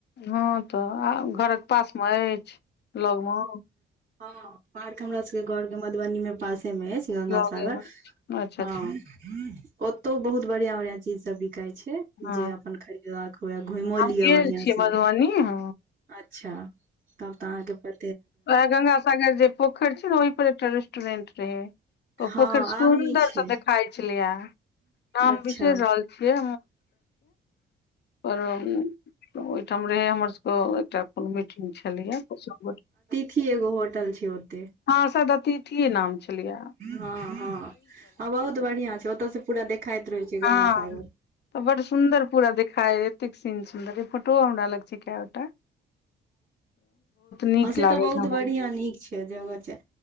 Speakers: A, on the left; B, on the right.
A: हाँ तऽ आ घरक पास मे अछि लगमे
B: हाँ पार्क हमरा सबके घर के मधुबनी मे पासे मे अछि। गंगासागर
A: लगे मे अच्छा
B: हाँ
A: अच्छा
B: ओतौ बहुत बढ़ियाँ बढ़ियाँ चीज सब बिकाई छै जे
A: हँ
B: अपन खरीद घुइमो
A: हम
B: लिअ
A: गेल
B: बढ़ियाँ
A: छियै
B: से
A: मधुबनी हँ
B: अच्छा तब तऽ अहाँके पर
A: वेहे गंगा सागर जे पोखरि छौ न ओहि पर एकटा रेस्टोरेंट रहै तऽ
B: हँ
A: पोखरि सुन्दर
B: आमनी छै
A: से देखाइ छलै या नाम
B: अच्छा
A: बिसैर रहल छियौ <inaudible> ओहिठाम रहे हमर सबके एक <inaudible> छलियै ओ
B: ठी एगो होटल छै ओते
A: हँ सायद अतिथिेए नाम छलियै
B: हँ हँ ह बहुत बढ़िया छै ओतय से पूरा देखाइत रहै छै
A: हँ
B: गंगा सागर
A: तऽ बड सुंन्दर पूरा देखाय एतेक सीन सुन्दर फोटो हमरा लग छै कएटा नीक
B: हँ से
A: लागल
B: तऽ बहुत
A: हमरा
B: बढ़िया नीक छै जगह छै